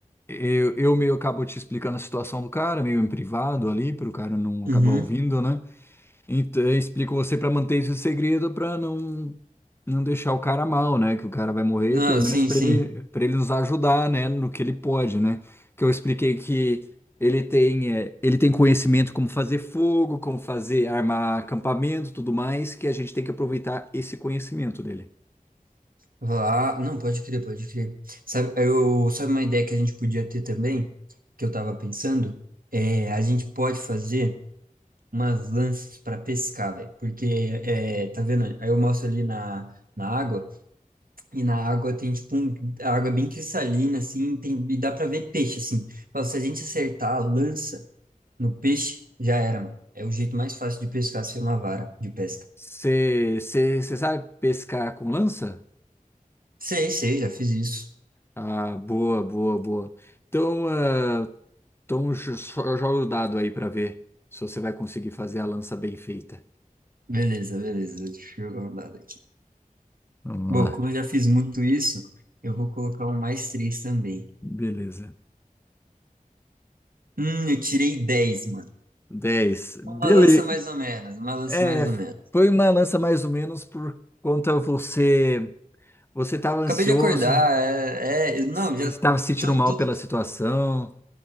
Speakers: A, on the left; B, on the right.
A: eu, eu meio acabo te explicando a situação do cara, meio em privado ali, para o cara não acabar
B: Uhum.
A: ouvindo, né? Então, eu explico você para manter esse segredo, para não, não deixar o cara mal, né? Que o cara vai morrer,
B: Não,
A: pelo menos
B: sim,
A: para
B: sim.
A: ele, para ele nos ajudar, né? No que ele pode, né? Que eu expliquei que ele tem, eh, ele tem conhecimento como fazer fogo, como fazer armar acampamento, tudo mais, que a gente tem que aproveitar esse conhecimento dele.
B: Lá. Não, pode crer, pode crer. Sabe, eu, sabe uma ideia que a gente podia ter também, que eu tava pensando? É, a gente pode fazer umas lanças para pescar, velho. Porque, é, tá vendo? Aí eu mostro ali na, na água, e na água tem tipo um, a água bem cristalina, assim, tem, e dá pra ver peixe, assim. Então, se a gente acertar a lança. No peixe, já era, mano. É o jeito mais fácil de pescar sem uma vara de pesca.
A: Você sabe pescar com lança?
B: Sei, sei, já fiz isso.
A: Ah, boa, boa, boa. Então, ah, então jo- jo- joga o dado aí pra ver se você vai conseguir fazer a lança bem feita.
B: Beleza, beleza. Deixa eu jogar um dado aqui.
A: Vamos
B: Bom,
A: lá.
B: como eu já fiz muito isso, eu vou colocar um mais três também.
A: Beleza.
B: Hum, eu tirei 10, mano.
A: dez Beleza.
B: Uma lança mais ou menos, uma lança
A: É,
B: mais ou menos.
A: foi uma lança mais ou menos por conta você você estava
B: Acabei
A: ansioso,
B: de acordar, é, é, não,
A: estava
B: já
A: se sentindo
B: tô,
A: mal
B: tô-
A: pela situação,